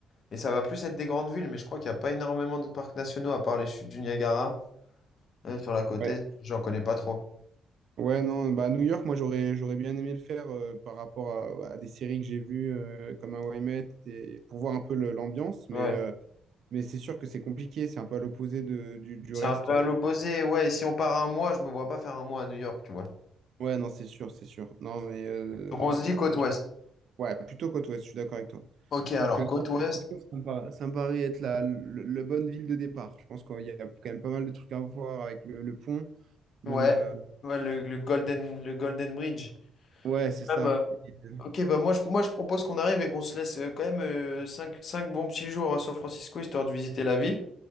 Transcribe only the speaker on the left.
Et ça va plus être des grandes villes, mais je crois qu'il n'y a pas énormément de parcs nationaux à part les chutes du Niagara euh, sur la côte
est. J'en connais pas trop.
Ouais.
C'est
un peu à
l'opposé. Ouais, et si on part un mois, je me vois pas faire un mois à New York, tu vois.
Donc on se dit
côte ouest.
Ok, alors
côte
ouest.
Ouais.
Ouais, le, le Golden, le Golden Bridge.
Même, euh,
ok, bah moi je, moi je propose qu'on arrive et qu'on se laisse euh, quand même euh, cinq bons petits jours à San Francisco, histoire de visiter la ville.